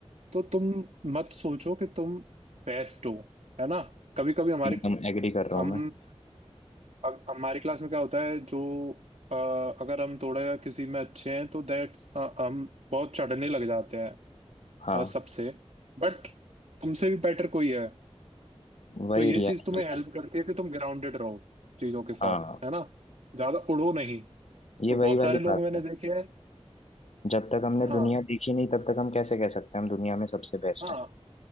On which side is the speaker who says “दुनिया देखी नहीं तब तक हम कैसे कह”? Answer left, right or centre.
Left